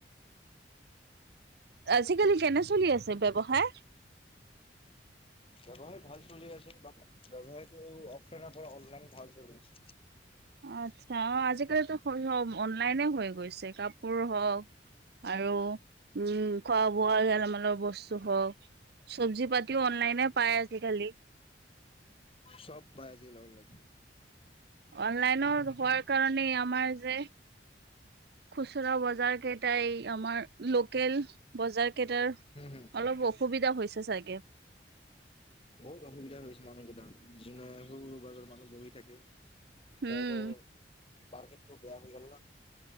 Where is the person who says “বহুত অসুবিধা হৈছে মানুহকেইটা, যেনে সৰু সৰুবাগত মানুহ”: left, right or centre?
Left